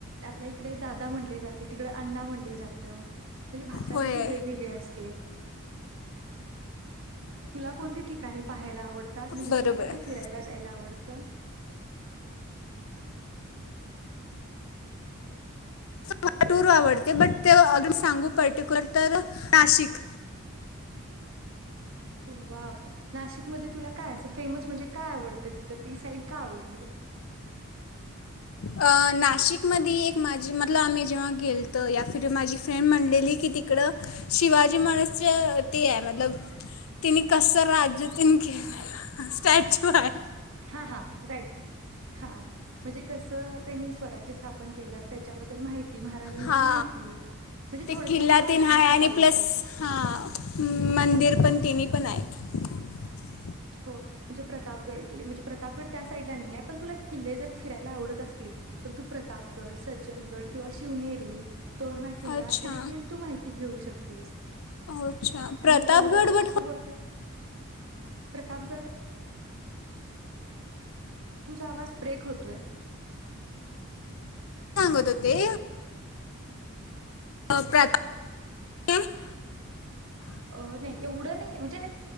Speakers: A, on the right; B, on the left.
A: आपल्या इकडे दादा म्हटले, जाते तिकडं अण्णा म्हणले जातं. म्हणजे भाषा
B: होय
A: देखील वेगवेगळी असते. तुला कोणती ठिकाणी पाहायला आवड तात म्हणजे
B: बरोबर
A: तुला कुठे
B: आहे
A: फिरायला जायला आवडतं.
B: मला टूर आवडते बट ते अगदी सांगू पर्टिक्युलर तर नाशिक
A: हो, वा नाशिकमध्ये तुला काय अस फेमस म्हणजे काय आवडतं तिथं ती साईड का आवडली?
B: अ नाशिक मधी एक माझी मतलब आम्ही जेव्हा गेलतो या फिर माझी फ्रेंड म्हणलेली की तिकडं शिवाजी महाराजच्या ते आहे मतलब तिने कस राज्यातन केले स्टॅच्यू हाय
A: हा हा राईट हा म्हणजे कसं त्यांनी स्वराज्य स्थापन केलं. त्याच्याबद्दल माहिती, महाराजांची
B: हा
A: माहिती. म्हणजे
B: ते
A: थोडक्यात
B: किल्ला
A: तुला
B: तेन
A: ऐतिहासिक
B: हाय आणि
A: आवडतं.
B: प्लस हा मंदिर पण तिन्ही पण आहेत. <inaudible>
A: हो म्हणजे प्रतापगड किल्ले म्हणजे प्रतापगड त्या साईडला नाही आहे पण तुला किल्ले जर फिरायला आवडत असतील, तर तू प्रतापगड, सज्जनगड किंवा शिवनेरी तोरणा किल्ला
B: अच्छा
A: अशे देखील तू माहिती घेऊ शक तेच,
B: अच्छा
A: आणि
B: प्रतापगड
A: जेवढं
B: बट
A: असं बोलतात. प्रतापगड, तुझा आवाज ब्रेक होतोय.
B: सांगत होते. <unintelligible>
A: अ नाही एवढं नाहीे म्हणजे